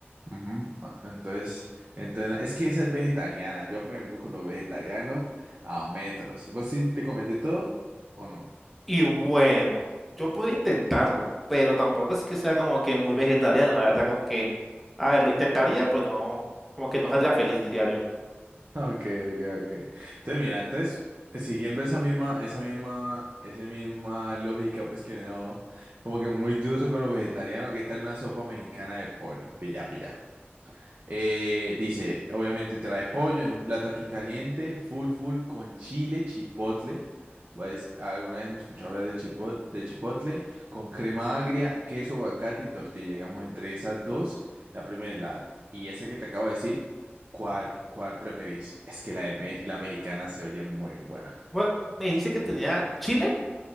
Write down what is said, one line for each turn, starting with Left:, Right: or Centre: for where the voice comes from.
Right: Ujú. Bueno, Entonces, entonces, es que esa es vegetariana. Yo, por ejemplo, con lo vegetariano, a metros. ¿Vos sí te comes de todo o no?
Centre: Y bueno, yo podría intentarlo, pero tampoco es que sea como que muy vegetariano, la verdad, como que, a ver, lo intentaría, pero no, como que no saldría feliz, diría yo.
Right: Ok, ok, ok. Entonces, mira, entonces, siguiendo esa misma, esa misma, esa misma lógica, pues que no, como que muy dudoso con lo vegetariano, ¿qué tal una sopa mexicana de pollo? Pilla, pilla. Eh, dice, obviamente trae pollo en un plato aquí caliente, full full con chile chipotle. Pues, alguna vez hemos escuchado hablar de chipotle, de chipotle, con crema agria, queso, aguacate y tortilla. Digamos, entre esas dos, la primera y la y esa que te acabo de decir, ¿cuál, cuál preferís? Es que la de me- la mexicana se oye muy buena.
Centre: Bueno, me dijiste que tenía chile.